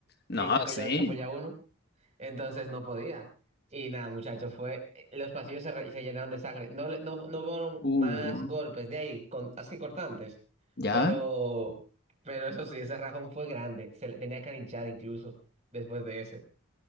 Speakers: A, on the left; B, on the right.
A: no,
B: que dicen que
A: sí,
B: yo apoyaba a uno. Entonces no podía. Y nada, muchachos, fue. eh, Los pasillos se, re- se llenaron de sangre. No, le- no, no hubo
A: uh,
B: más golpes de ahí, con, así cortantes.
A: ya,
B: Pero, pero eso sí, ese rajón fue grande. Se le tenía que linchar incluso después de ese.